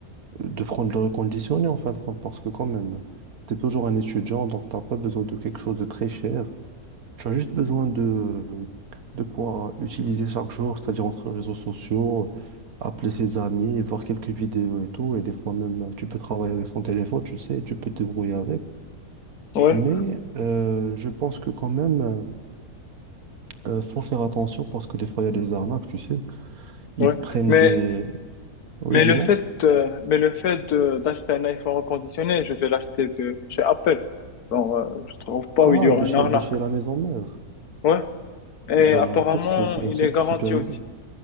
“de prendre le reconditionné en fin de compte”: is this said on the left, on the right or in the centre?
Right